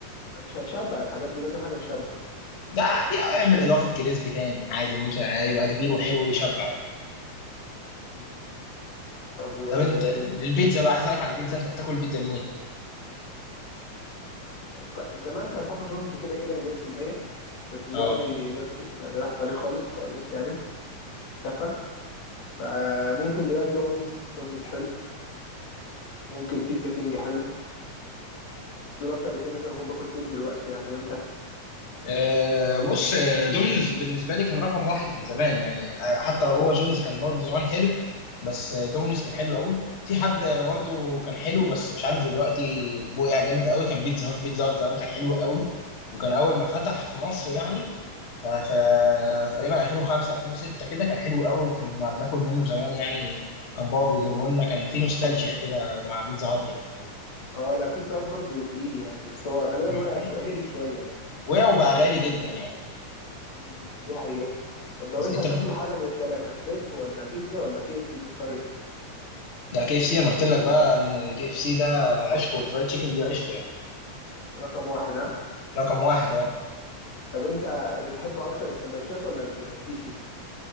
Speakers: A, on the left; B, on the left.
A: آه، مش هتشبع الحاجات دي لازم حاجة تشبع
B: ده عادي اعمل اضافه كريسبي تاني عادي ممكن يبقى كبير وحلو ويشبع يعني
A: مم. طب وبيتزا
B: طب انت البيتزا بقى عايز اسالك على البيتزا انت بتاكل بيتزا منين؟
A: ك- زمان كان بابا جونز كده كده مليون في المية بس دلوقتي
B: اه
A: وحش يعني راحت عليه خالص خالص يعني اختفى فممكن دلوقتي دومينيز دومينيز حلو ممكن بيتزا كينج حلو دول اكتر اتنين ممكن اكون باكل فيهم دلوقتي يعني وانت
B: آه، بص آه، دومينيز بالنسبه لي كان رقم واحد من زمان يعني آه، حتى لو هو جونز كان برضه زمان حلو بس آه، دومينيز كان حلو قوي في حد آه، برضه كان حلو بس مش عارف دلوقتي بقع جامد قوي كان بيتزا هات بيتزا هات زمان كان حلو قوي وكان اول ما فتح في مصر يعني آه، ف تقريبا 2005 2006 كده كان حلو قوي وكنا بناكل منه زمان يعني كان بابا بيجيبه لنا كان في نوستالجيا كده مع بيتزا هات يعني
A: اه لا بيتزا هات برضه تقيل يعني بس هو غالبا
B: مم.
A: وقع شو... هدي شوية يعني
B: وقع وبقى غالي جدا يعني
A: مم. دي حقيقة طب لو
B: بس
A: انت
B: انت
A: هتاكل حاجة من التلاتة كريب ولا بيتزا ولا كي اف سي تختار ايه؟
B: ده كي اف سي انا قلت لك بقى ان كي اف سي ده عشق والفرايد تشيكن دي عشق يعني
A: رقم واحد ها
B: رقم واحد اه
A: طب انت بتحب اكتر السندوتشات ولا البيسز؟